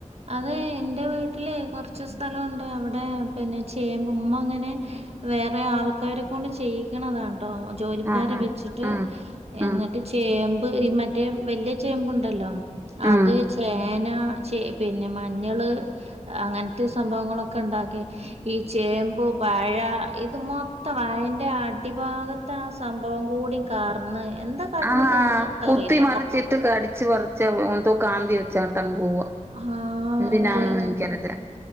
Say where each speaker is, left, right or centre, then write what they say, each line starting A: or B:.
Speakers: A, on the right (about 55°); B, on the right (about 20°).
A: അതെയ് എന്റെ വീട്ടിലെയ് കൊർ ച്ച് സ്ഥലോണ്ട് അവിടെ പിന്നെ ചേമ്പ് മ്മ അങ്ങനെ വേറെ ആൾ ആൾക്കാരെ കൊണ്ട് ചെയ്യിക്ക്ണതാണുട്ടോ ജോലിക്കാരെ
B: ആഹാ
A: വെച്ചിട്ട്
B: ആഹ്
A: എന്നിട്ട്
B: ഉം
A: ചേമ്പ് ഈ മറ്റേ വലിയ ചേമ്പ് ഇണ്ടല്ലോ
B: ഉം
A: അത് ചേന ചേ പിന്നെ മഞ്ഞള് അങ്ങനത്തെ സംഭവങ്ങളൊക്കെ ഇണ്ടാക്കി ഈ ചേമ്പും വാഴ ഇത് മൊത്തം വാഴൻ്റെ അടിഭാഗത്ത് ആ സംഭവം കൂടിം കാർന്ന് എന്താ കാട്ടണ
B: ആഹ്
A: തിന്ന എന്താ
B: കുത്തി
A: അറിയില്ല
B: മറിച്ചിട്ട്
A: ഒക്കെ
B: കടിച്ച് പറിച്ച് എന്തോ കാന്തി വെച്ചാട്ടങ് പോവാ
A: ആഹ്
B: എന്തിനാന്നൊന്നും
A: അതെ
B: എനിക്കറിയത്തില്ല